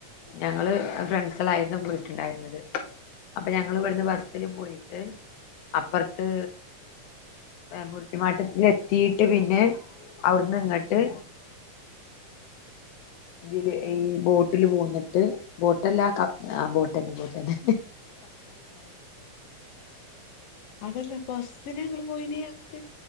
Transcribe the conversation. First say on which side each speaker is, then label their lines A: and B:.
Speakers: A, on the left; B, on the left.
A: ഞങ്ങള് ഫ്രണ്ട്സിലായിരുന്നു പോയിട്ടുണ്ടായിരുന്നത് അപ്പൊ ഞങ്ങ ഇവിടുന്ന് ബസ്സില് പോയിട്ട് അപ്പുറത്ത് മുരട്ടിമാട്ടൽ എത്തിട്ട് പിന്നെ അവിടുന്ന് ഇങ്ങോട്ട് ഇതി ഈ ബോട്ടിൽ പോന്നിട്ട് ബോട്ട്ല്ല ആ ബോട്ട് തന്നെ ബോട്ട് തന്നെ
B: അതല്ലപ്പ ബസ്സിനെ ഇങ്ങള് പോയി അങ്ങോട്ട